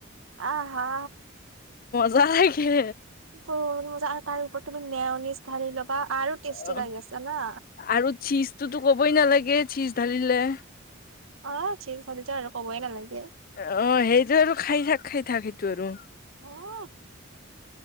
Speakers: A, on the right (about 75°); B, on the left (about 45°).
A: আহ হা
B: যাই কিে
A: প আৰু তাৰ ওপৰত তমি নেওনিজ ঢালি ল'বা আৰু টেষ্টি
B: অ
A: লাগি আছে না
B: আৰু চিজটোতো ক'বই নালাগে চিজ ঢালিলে
A: অ ঠিক হলেছ আৰু কবই নালাগে
B: অ সেইটো আৰু খাই থাক খাই থাক সেইটো আৰু
A: অ',